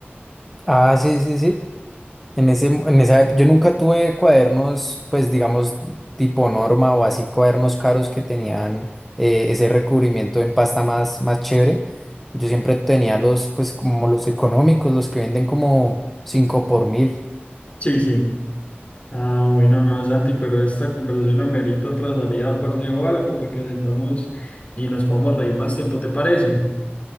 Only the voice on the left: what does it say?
Sí, sí. Ah, bueno, no, Santi, pero esta conversación amerita otra salida, parce, o algo, para que nos sentamos y nos podamos reír más tiempo, ¿te parece?